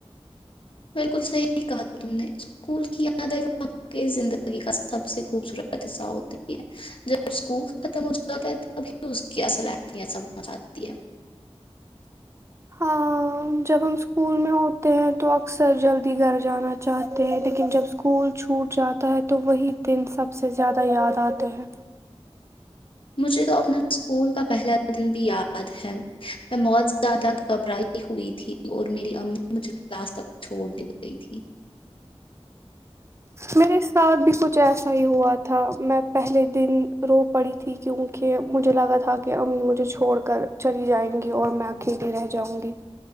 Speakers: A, on the left; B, on the right.
A: بالکل صحیح کہا تھا تم نے اسکول کی یاد ہے و کی زندگی کا سب سے خوبصورت حصہ ہوتی ہے جب اسکول ختم ہو جاتا ہے تبھی اس کی اصل اہمیت سبھ جاتی ہے
B: ہ جب ہم اسکول میں ہوتے ہیں تو اکثر جلدی گھر جانا چاہتے ہیں لیکن جب اسکول چھوٹ جاتا ہے تو وہی دن سب سے زیادہ یاد آتے ہیں
A: مجھے تو اپنا اسکول کا پہلا دن بھی یاد ہے میں بہت زیادہ گھبرائی ہوئی تھی اور میری امی مجھے کلاس تک چھوڑنے گئی تھیں
B: میرے ساتھ بھی کچھ ایسا ہی ہوا تھا میں پہلے دن رو پڑی تھی کیونکہ مجھے لگا تھا کہ امی مجھے چھوڑ کر چلی جائیں گی اور میں اکیلی رہ جاؤں گی